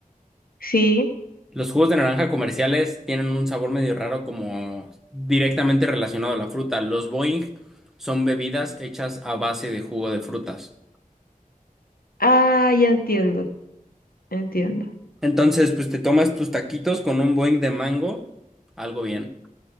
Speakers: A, on the left (about 80°); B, in the centre.
A: Sí.
B: Los jugos de naranja comerciales tienen un sabor medio raro como directamente relacionado a la fruta. Los Boing son bebidas hechas a base de jugo de frutas.
A: Ah, ya entiendo. Entiendo.
B: Entonces, pues te tomas tus taquitos con un Boing de mango, algo bien.